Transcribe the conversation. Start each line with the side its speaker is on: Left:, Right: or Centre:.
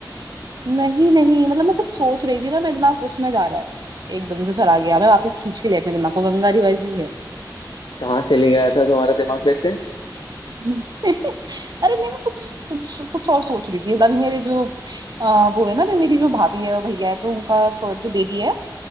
Right: नहीं नहीं मतलब मैं कुछ सोच रही थी ना मेरा दिमाग उसमें जा रहा है एकदम से चला गया मैं वापस खींच भी ले अपने दिमाग को गंगा रिवर ही है
Left: कहाँ चली गया था तुम्हारा दिमाग वैसे
Right: <laughs> अरे नहीं मैं कुछ कुछ कुछ और सोच रही थी अभी मेरे जो आ, वो है ना अभी मेरी जो भाभी है और भैया है तो उनका फ- जो बेबी है